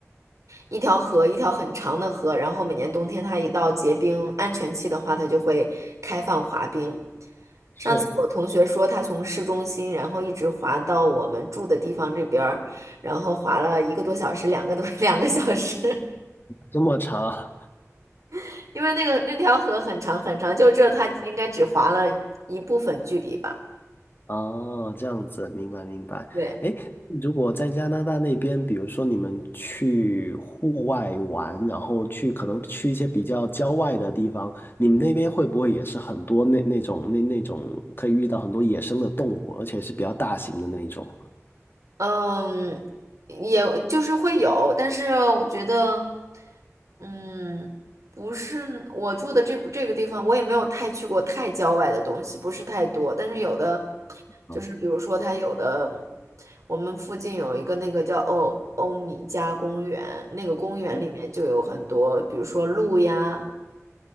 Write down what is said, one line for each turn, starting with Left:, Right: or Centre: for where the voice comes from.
Right: 一条河，一条很长的河，然后每年冬天它一到结冰安全期的话，它就会开放滑冰。上次我同学说，
Left: 是
Right: 他从市中心，然后一直滑到我们住的地方这边儿，然后滑了一个多小时，两个多 <laughs> 两个小时，
Left: 这么长啊，
Right: <laughs> 因为那个那条河很长很长，就这他应该只滑了一部分距离吧。
Left: 哦，这样子，明白明白。
Right: 对。
Left: 哎，如果在加拿大那边，比如说你们去户外玩，然后去可能去一些比较郊外的地方，你们那边会不会也是很多那那种那那种可以遇到很多野生的动物，而且是比较大型的那种
Right: 嗯，也就是会有，但是我觉得，嗯，不是我住的这这个地方，我也没有太去过太郊外的东西，不是太多。但是有的
Left: 啊？
Right: 就是，比如说它有的，我们附近有一个那个叫欧欧米加公园，那个公园里面就有很多，
Left: 嗯，
Right: 比如说鹿呀，